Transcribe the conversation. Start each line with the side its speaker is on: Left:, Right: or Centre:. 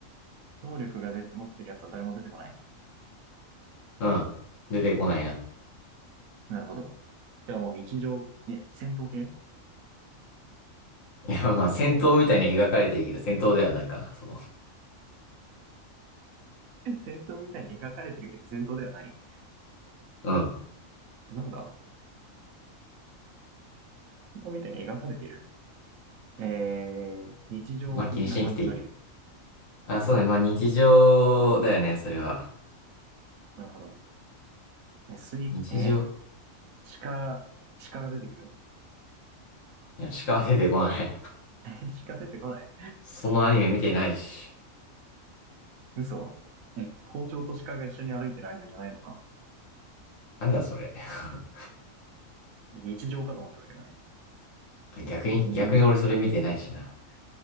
Right: 能力がで持ってるやつは誰も出てこない。
Left: うん。出てこないな。
Right: なるほど。じゃあもう日常、え、戦闘系
Left: いや、まあ、戦闘みたいに描かれてるけど、戦闘ではないかな、そ
Right: <laughs> 戦闘みたいに描かれてるけど戦闘ではない。
Left: う。<laughs> うん。
Right: なんだ戦闘みたいに描かれてる。えー、日常的な感じのアニメ。
Left: まあ、気にしなくていい。あ、そうだね。まあ、日常だよね、それは。
Right: なるほど。え、水、
Left: 日常。
Right: えー、鹿、鹿が出てくる
Left: いや、しか出てこない。
Right: <laughs> 鹿出てこない
Left: <laughs> そのアニメ見てないし。
Right: 嘘。え、校長と鹿が一緒に歩いてるアニメじゃないのか。
Left: なんだ、それ。<laughs>
Right: 日常かと思ったんだけどね。
Left: あ逆に逆に俺それ見てないしな。
Right: えー、